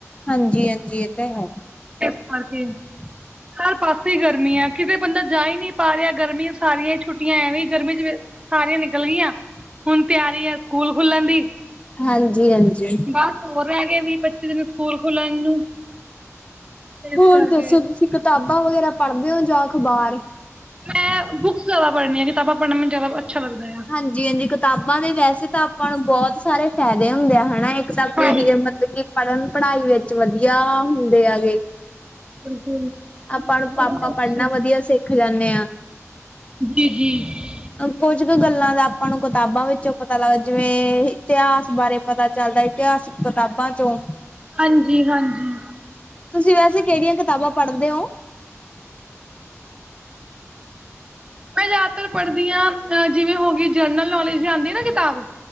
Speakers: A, on the left; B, on the right.
A: ਹਾਂਜੀ -ਹਾਂਜੀ, ਏਹ ਤਾਂ ਹੈ।
B: ਏਸ ਕਰਕੇ ਹਰ ਪਾਸੇ ਈ ਗਰਮੀ ਐ, ਕਿਤੇ ਬੰਦਾ ਜਾ ਈ ਨੀਂ ਪਾ ਰਿਆ, ਗਰਮੀ ਸਾਰੀਆਂ ਈ, ਛੁੱਟੀਆਂ ਐਵੇਂ ਈ ਗਰਮੀ ਚ ਸਾਰੀਆਂ ਨਿਕਲ ਗੀਆਂ, ਹੁਣ ਤਿਆਰੀ ਐ ਸਕੂਲ ਖੁੱਲਣ ਦੀ।
A: ਹਾਂਜੀ- ਹਾਂਜੀ।
B: ਬਸ, ਹੋਰ ਰੈਹ ਗਏ ਵੀਹ -ਪੱਚੀ ਦਿਨ, ਸਕੂਲ ਖੁਲਣ ਨੂੰ। ਇਸ
A: ਹੋਰ
B: ਕਰਕੇ
A: ਦੱਸੋ ਤੁਸੀ ਕਿਤਾਬਾਂ, ਵਗੈਰਾ ਪੜ੍ਹਦੇ ਓ ਜਾਂ ਅਖਬਾਰ
B: ਮੈਂ ਬੁੱਕਸ ਜਾਦਾ ਪੜਨੀ ਆਂ, ਕਿਤਾਬਾਂ ਪੜ੍ਹਨਾ ਮੈਨੂੰ ਜਾਦਾ ਅੱਛਾ ਲੱਗਦੈ ਆ।
A: ਹਾਂਜੀ- ਹਾਂਜੀ, ਕਿਤਾਬਾਂ ਦੇ ਵੈਸੇ ਤਾਂ, ਆਪਾਂ ਨੂੰ ਬੌਤ ਸਾਰੇ ਫਾਏਦੇ ਹੁੰਦੇ ਆ ਹੈਨਾ ਬਸ ਆਪਨੀ
B: ਹਾਂਜੀ
A: <unintelligible> ਮਤਲਬ ਕਿ ਪੜ੍ਹਨ- ਪੜ੍ਹਾਈ ਵਿੱਚ ਵਧੀਆ। ਹੁੰਦੇ ਆ ਗੇ,
B: ਬਿਲਕੁਲ
A: ਆਪਾਂ ਨੂੰ
B: ਬਹੁਤ
A: ਪਾਪਾ
B: ਅੱਛਾ
A: ਪੜ੍ਹਨਾ ਵਧੀਆ ਸਿੱਖ ਜਾਂਨੇ ਆਂ।
B: ਜੀ -ਜੀ।
A: ਕੁਝ ਕ ਗੱਲਾਂ ਦਾ ਆਪਾਂ ਨੂੰ ਕਤਾਬਾਂ ਵਿੱਚੋਂ ਪਤਾ ਲੱਗ ਜਿਵੇਂ ਤਿਹਾਸ ਬਾਰੇ ਪਤਾ ਚੱਲਦਾ, ਇਤਿਹਾਸਕ ਕਿਤਾਬਾਂ ਚੋਂ
B: ਹਾਂਜੀ- ਹਾਂਜੀ।
A: ਤੁਸੀਂ ਵੈਸੇ, ਕੇਹੜੀਆਂ ਕਿਤਾਬਾਂ ਪੜ੍ਹਦੇ ਓ?
B: ਮੈਂ ਜੈਅਦਾਤਰ ਪੜ੍ਹਦੀ ਆਂ ਅ ਜਿਵੇਂ ਹੋ ਗੀ ਜਰਨਲ ਨੌਲੇਜ ਜਾ ਆਂਦੀ ਐ ਨਾ ਕਿਤਾਬ